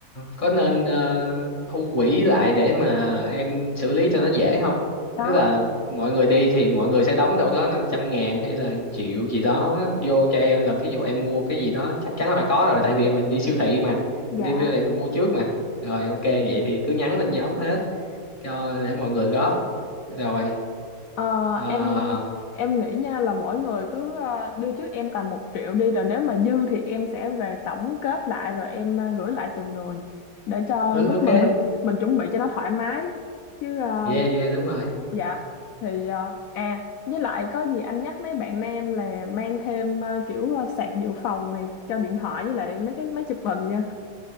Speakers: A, on the left; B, on the left.
A: có nên ờ, thu quỹ lại để mà em xử lý cho nó dễ không
B: Đó,
A: tức là mọi người đi thì mọi người sẽ đóng đâu đó năm trăm ngàn hay là triệu gì đó vô cho em là ví dụ em mua cái gì đó chắc chắn là phải có rồi tại vì mình đi siêu thị mà
B: dạ.
A: mình đi siêu thị mình mua trước mà rồi ok vậy thì cứ nhắn lên nhóm hết cho để mọi người góp rồi
B: Ờ,
A: Ờ,
B: em em nghĩ nha là mỗi người cứ ờ, đưa trước em tầm một triệu đi rồi nếu mà dư thì em sẽ về tổng kết lại rồi em ờ, gửi lại từng người để cho
A: ừ
B: lúc
A: ok
B: mà mình mình chuẩn bị cho nó thoải mái chứ ờ,
A: yeah yeah đúng rồi
B: dạ thì ờ, à với lại có gì anh nhắc mấy bạn nam là mang thêm ờ, kiểu ờ, sạc dự phòng này cho điện thoại với lại mấy cái máy chụp hình nha